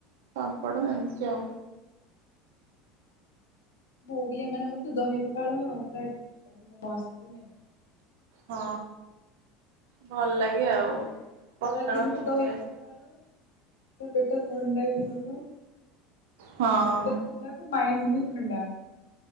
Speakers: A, on the right; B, on the left.
A: ପାମ୍ପଡ଼ ଏମିତି ଆଉ।
B: ଓଡ଼ିଆ ମାନଙ୍କର ତ ଦହି ପଖାଳ ପୁରା ମସ୍ତ୍ ନାଇଁ।
A: ହଁ, ଭଲ ଲାଗେ ଆଉ।
B: ଖରା
A: ପଖାଳ
B: ଦିନକୁ
A: ବହୁତ
B: ଦହି
A: ଖାଏ।
B: ପଖାଳ ପେଟ ଥଣ୍ଡା ବି ହବ।
A: ହଁ
B: ପେଟ ଥଣ୍ଡା ମାଇଣ୍ଡ ବି ଥଣ୍ଡା।